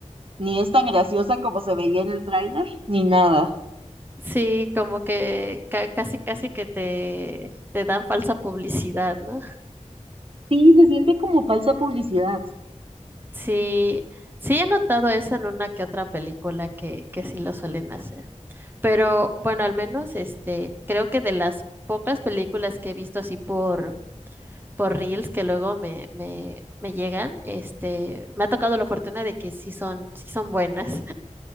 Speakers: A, on the right; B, on the right.
A: ni es tan graciosa como se veía en el tráiler, ni nada.
B: Sí, como que ca- casi, casi que te, te dan falsa publicidad, ¿no?
A: Sí, se siente como falsa publicidad.
B: Sí, sí he notado eso en una que otra película que, que sí lo suelen hacer. Pero bueno, al menos este, creo que de las pocas películas que he visto así por, por Reels que luego me, me, me llegan, este, me ha tocado la fortuna de que sí son, sí son buenas.